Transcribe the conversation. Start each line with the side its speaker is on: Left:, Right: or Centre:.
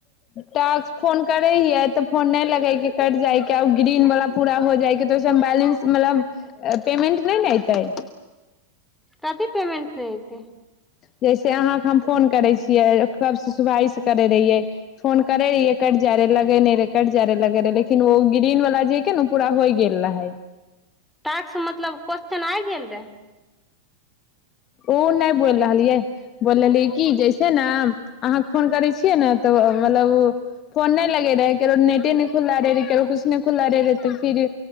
Left: टास्क फोन करे हियै तऽ फोन नहि लगे के कट जायके ग्रीन वाला पूरा हो जायके तऽ ओहिस बैलेंस मतलब पेमेंट नहि ने एतेय
Centre: कथी पेमेंट रै ह
Left: जैसे अहाँके हम फोन करै छियै कबसे सुबाइसे करैत रहियै फोन करैत रहियै कटि जाइत रहै लगै नहि रहै कटि जाइ रहै लगैत रहै लेकिन ओ ग्रीनवला जे कि ने ओ पूरा होय गेल रहै
Centre: टाक्स मतलब क्वस्चन आइ गेल रहे
Left: ओ नहि बोइल रहलियै बोल रहलियै कि जइसे ना अहाँके फोन करै छियै ने तऽ मतलब उ फोन नहि लगैत रहै केकरो नेटे नहि खुल्ला रहै रहै केकरो किछु नहि खुल्ला रहै रहै तऽ फिर